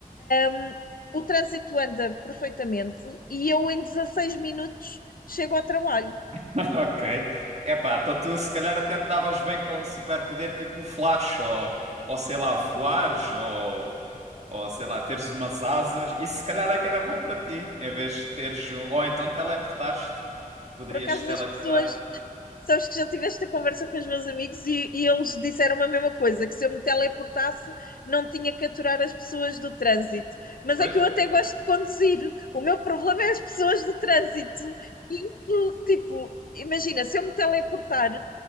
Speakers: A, on the left (about 80°); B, on the right (about 50°).
A: hum, o trânsito anda perfeitamente e eu em 16 minutos chego ao trabalho.
B: <laughs> Ok. Epá, então tu se calhar até te davas bem com um superpoder tipo o Flash, ou, ou sei lá, voares, ou. Ou sei lá, teres umas asas, e se calhar é que era bom para ti, em vez de teres um. Ou então teleportaste, poderias
A: Por acaso
B: teleportar.
A: as pessoas Sabes que já tive esta conversa com os meus amigos e, e eles disseram a mesma coisa, que se eu me teleportasse não tinha que aturar as pessoas do trânsito. Mas
B: Pois?
A: é que eu até gosto de conduzir. O meu problema é as pessoas do trânsito. E isso, tipo, imagina, se eu me teleportar,